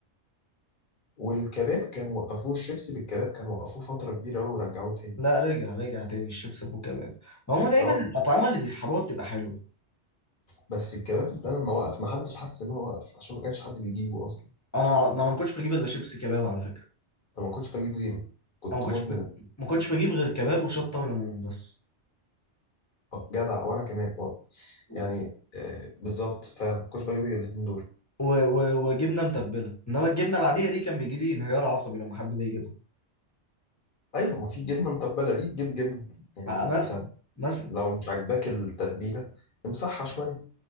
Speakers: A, on the left; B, on the left.
A: والكباب كان وقفوه الشيبسي بالكباب كان وقفوه فترة كبيرة أوي ورجعوه تاني
B: لا رجع رجع تاني الشيبس ابو كباب هما دايما
A: اه
B: الاطعمه اللي بيسحبوها بتبقى حلوه
A: بس الكباب ده لما وقف محدش حس إن هو وقف عشان ما كانش حد بيجيبه أصلا
B: انا ما انا ما كنتش بجيب الا شيبس كباب على فكره
A: أنا ما كنتش بجيب غيره كنت
B: انا ما
A: مدمن
B: كنتش بج... ما كنتش بجيب غير كباب وشطه وليمون بس
A: آه، جدع وأنا كمان برضه
B: و...
A: يعني آه بالظبط فعلا ما كنتش بجيب غير الاتنين دول
B: و... وجبنه متبله انما الجبنه العاديه دي كان بيجي لي انهيار عصبي لما حد بيجيبها
A: أيوة ما في جبنة متبلة ليه تجيب جبنة يعني
B: مع-
A: ما
B: مثلا
A: أنت
B: مثلا
A: لو مش عاجباك التتبيلة امسحها شوية